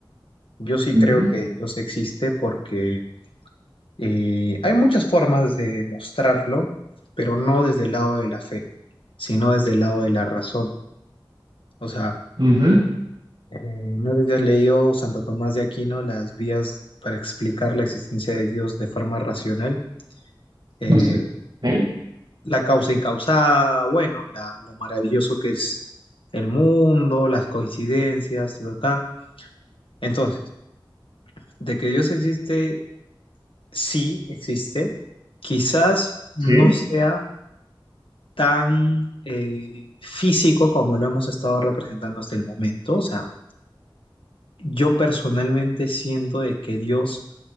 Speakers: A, on the left; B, on the right.
A: Yo sí
B: Ujú,
A: creo que Dios existe porque eh, hay muchas formas de mostrarlo, pero no desde el lado de la fe, sino desde el lado de la razón. O sea,
B: ujú.
A: eh, no sé si has leído Santo Tomás de Aquino, las vías para explicar la existencia de Dios de forma racional. Eh,
B: No sé. Sí,
A: la causa incausada, bueno, la, lo maravilloso que es el mundo, las coincidencias, ta, ta, ta. Entonces, de que Dios existe, sí existe, quizás no
B: sí.
A: sea tan eh, físico como lo hemos estado representando hasta el momento. O sea, yo personalmente siento de que Dios